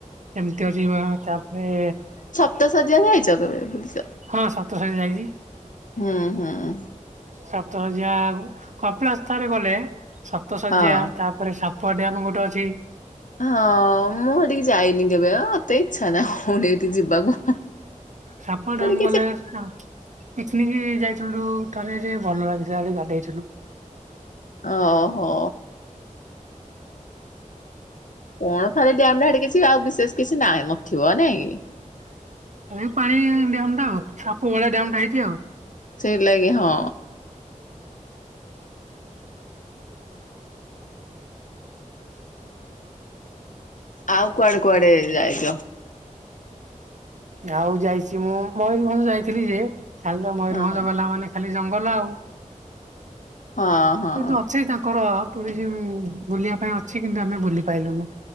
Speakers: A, on the right; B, on the left.
A: ସେମତି ଅଛି ଯିବା ତାପରେ
B: ତ ସେ <unintelligible> କେବେ ବୁଲିଚ?
A: ହଁ ସପ୍ତ ସେଠି ଯାଇଚି।
B: ହଁ ହଁ।
A: ସପ୍ତଶଯ୍ୟା ଆଗୁ କପିଳାସ ତାରେ ଗଲେ ସପ୍ତଶଯ୍ୟା
B: ହଁ।
A: ତା ପରେ ସାପୁଆଡ୍ୟାମ୍ ଗୋଟେ ଅଛି।
B: ହଁ ମୁଁ ହେଟିକି ଯାଇନି କେବେ ମତେ ଇଚ୍ଛା ନାହିଁ ହୋଉନି ଏଠି ଯିବାକୁ।
A: ସାପ
B: ସେଠି
A: ଟା ମୁଁ
B: କିଛି
A: ଗଲା ହଁ ପିକନିକ ଯାଇଥିଲୁ ଥରେ ଯେ ଭଲ ଲାଗିଲାନି ଗାଧଇଥିଲୁ।
B: ଓହୋ। କଣ ଖାଲି ଡ୍ୟାମ ହେଟି କିଛି ଆଉ ବିଶେଷ କିଛି ନାଇଁ ନଥିବ ନାଇଁକି।
A: ଆ ପାଣି ଡ୍ୟମ୍ ଟା ଆଉ ସାପ ଭଳିଆ ଡ୍ୟାମ ଟା ହେଇଛି ଆଉ।
B: ସେଇଥି ଲାଗି ହଁ। ଆଉ କୁଆଡେ କୁଆଡେ ଯାଇ
A: ଆଉ ଯାଇଛି ମୁଁ ମୟୂରଭଞ୍ଜ ଯାଇଥିଲି ଯେ ଖାଲି ତ ମୟୂରଭଞ୍ଜ
B: ହଁ
A: ଗଲା ମାନେ ଖାଲି ଜଙ୍ଗଲ ଆଉ।
B: ହଁ। ହଁ
A: କିନ୍ତୁ ଅଛି ତାଙ୍କର ଟୁରିଜିମ ବୁଲିବା ପାଇଁ ଅଛି କିନ୍ତୁ ଆମେ ବୁଲି ପାଇଲୁନୁ।